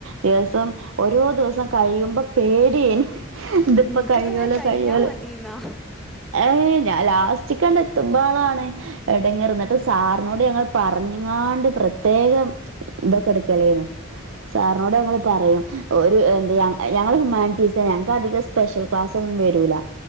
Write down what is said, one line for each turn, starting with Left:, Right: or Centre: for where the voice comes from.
Right: ദിവസം ഓരോ ദിവസം കഴിയുമ്പം പേടിയേനി ഇത്പ്പ
Centre: ഇൻക്ക്
Right: കഴിയോലോ
Centre: തന്നെ കഴിഞ്ഞാ
Right: കഴിയോലോ
Centre: മതീന്നാ
Right: ഏ ഞാൻ ലാസ്റ്റ്ക്കണ്ട് എത്തുമ്പോളാണ് എടങ്ങേറ് ഇങ്ങട്ട് സാറിനോട് ഞങ്ങള് പറഞ്ഞു ന്നാണ്ട് പ്രത്യേകം ഇതൊക്കെ ഇട്ക്കലേനു സാറിനോട് ഞങ്ങള്
Centre: ഉം
Right: പറയും എന്താ ഞങ്ങള് ഹ്യുമാറ്റീസാ ഞങ്ങൾക്ക് അതികം സ്പെഷ്യൽ ക്ലാസൊന്നും വരൂല്ല